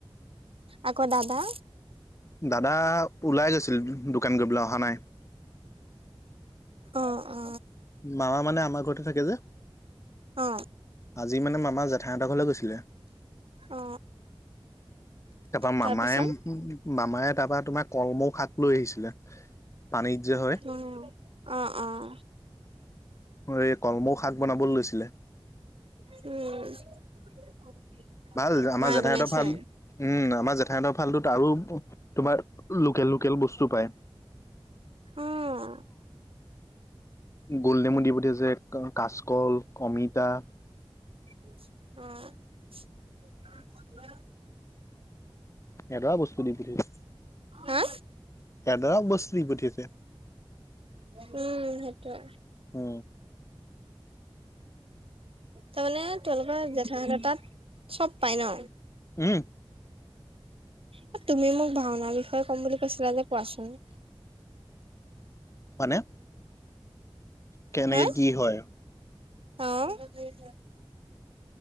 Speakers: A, on the right; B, on the left.
A: আকৌ দাদা।
B: দাদা ওলাই গৈছিল দোকান কৰিবলৈ অহা নাই।
A: অ অ
B: মামা মানে আমাৰ ঘৰতে থাকে যে
A: অ
B: আজি মানে মামাৰ জেঠাই হঁতৰ ঘৰলৈ গৈছিলে
A: অ
B: তাৰপৰা মামায়ে
A: তাৰপিছত
B: মামাই তাৰপা তোমাৰ কলমৌ শাক লৈ আহিছিলে পানীত যে হয়
A: উম অহ অহ
B: এই কলমৌ শাক বনাবলৈ লৈছিলে
A: উম
B: ভাল আমাৰ
A: মায়ে
B: জেঠাইহতৰ
A: বনাইছে
B: ভাল উম আমাৰ জেঠাইঁতৰ ফালটোত আৰু তোমাৰ লোকেল লোকেল বস্তু পায়
A: উম
B: গুলনেমু দি পঠিয়াইছে কাচকল অমিতা
A: উম
B: এটা ও বস্তু নিপিন্ধিলে
A: হা
B: এদক বস্তু দি পঠিয়াইছে
A: উম সেইটোয়ে
B: অ
A: তাৰমানে তেওঁলোকৰ জেঠাইহঁতৰ তাত চব পাই ন
B: উম
A: এ তুমি মোক ভাওনাাৰ বিষয়ে ক'ম বুলি কৈছিলা যে কোৱাচোন <inaudible>
B: মানে কেনেকে
A: হা
B: কি হয়
A: অ